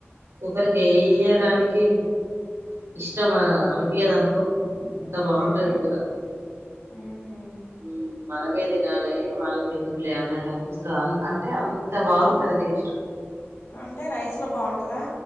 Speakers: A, on the right; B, on the left.
A: ఒకరికి ఏయడానికి ఇష్టం అనిపియదనుకో అంత
B: అంతేనా
A: బాగుంటది కూర
B: ఉహు
A: ఊ మనమే తినాలె వాళ్ళకి ఎందుకులే అన్నట్ అనిపిస్తది అ అంటే అన్ త బావుంటది
B: అన్
A: టేస్ట్
B: అంటే రైస్ లో బావుంటదా